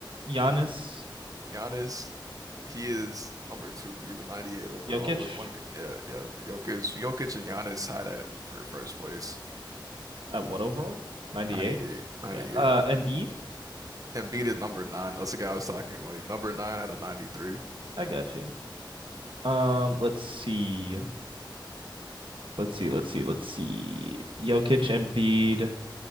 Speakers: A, on the right; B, on the right.
A: Giannis
B: Giannis, he is number two. He's a 98 overall.
A: Jokic
B: There's one g- yeah, yeah, Jokic, Jokic and Giannis tied at for first place.
A: at what overall? 98?
B: 98, 98.
A: Yeah. Uh Embiid?
B: Embiid is number nine. That's the guy I was talking about. He's number nine out of 93.
A: I got you. Um let's see. Let's see. Let's see. Let's see. Jokic, Embiid,